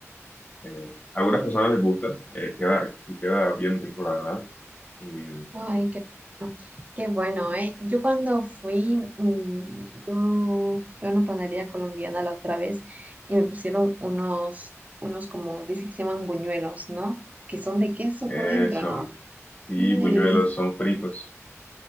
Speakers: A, on the left; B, on the right.
A: Eh, a algunas personas les gusta, eh, queda, sí queda bien rico, la verdad. Y
B: Ay, qué bueno. Qué bueno, ¿eh? Yo cuando fui, mm, yo fui a una panadería colombiana la otra vez y me pusieron unos, unos como, dice que se llaman buñuelos, ¿no? Que son de queso
A: eso,
B: por dentro, ¿no?
A: sí,
B: Qué
A: buñuelos
B: delicioso.
A: son fritos.